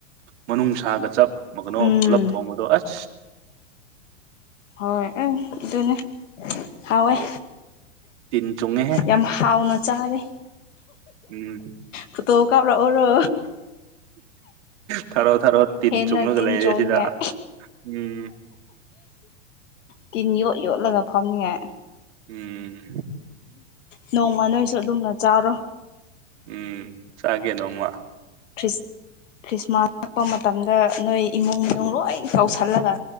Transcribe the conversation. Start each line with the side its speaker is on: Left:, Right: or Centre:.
Right: ꯃꯅꯨꯡ ꯁꯥꯒ ꯆꯞ ꯃ ꯀꯩꯅꯣ
Left: ꯎꯝ
Right: ꯄꯨꯂꯞ ꯊꯣꯡꯕꯗꯣ ꯑꯁ
Left: ꯍꯣꯏ ꯑꯗꯨꯅꯦ ꯍꯥꯎꯋꯏ꯫
Right: ꯇꯤꯟ ꯆꯨꯡꯉꯦꯍꯦ
Left: ꯌꯥꯝ ꯍꯥꯎꯅ ꯆꯥꯔꯦ꯫
Right: ꯎꯝ
Left: ꯐꯇꯣ ꯀꯥꯞꯔꯛ ꯑꯣꯏꯔꯣ꯫
Right: ꯊꯔꯣ ꯊꯔꯣ ꯇꯤꯟ
Left: ꯍꯦꯟꯅ
Right: ꯆꯨꯡꯉꯒ
Left: ꯇꯤꯟ
Right: ꯂꯩꯔꯦ
Left: ꯆꯣꯡꯅꯤꯡꯉꯥꯏ
Right: ꯁꯤꯗ ꯎꯝ
Left: ꯇꯤꯟ ꯌꯣꯠ ꯌꯣꯠꯂꯒ ꯐꯝꯅꯤꯉꯥꯏ
Right: ꯎꯝ
Left: ꯅꯣꯡꯃ ꯅꯣꯏꯁꯨ ꯑꯗꯨꯝꯅ ꯆꯥꯔꯣ꯫
Right: ꯎꯝ ꯆꯥꯒꯦ ꯅꯣꯡꯃ꯫
Left: ꯈ꯭ꯔꯤꯁ ꯈ꯭ꯔꯤꯁꯃꯥꯁ ꯆꯠꯄ ꯃꯇꯝꯗ ꯅꯣꯏ ꯏꯃꯨꯡ ꯃꯅꯨꯡ ꯂꯣꯏ ꯀꯧꯁꯜꯂꯒ